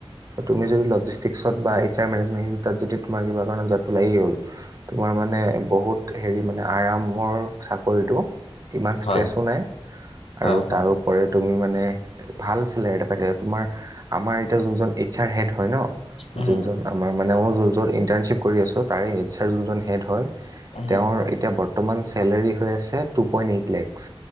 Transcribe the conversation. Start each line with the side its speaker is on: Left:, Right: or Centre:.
Right: তুমি যদি লজিষ্টিকছ বা এইচ আৰ মেনেজেণ্টত যদি তোমাৰ কিবা কাৰণত জতটো লাগি গ'ল তোমাৰ মানে বহুত হেৰি মানে আৰামৰ চাকৰিটো ইমান ষ্ট্ৰেছো
Left: হয়
Right: নাই আৰু
Left: হয় হয়
Right: তাৰও ওপৰে তুমি মানে ভাল চেলোৰী এটা পাই থাকিবা তোমাৰ, আমাৰ এতিয়া যোনজন চাৰ হেড হয় ন?
Left: উম
Right: যোনজন আমাৰ মানে মই য'ত য'ত ইণ্টাৰ্ণশ্বিপ কৰি আছোঁ তাৰে এইচ আৰৰ যোনজন হেড হয়
Left: উম
Right: তেওঁৰ এতিয়া বৰ্ত বৰ্তমান চেলাৰী হৈ আছে টু পইণ্ট এইট লেকস।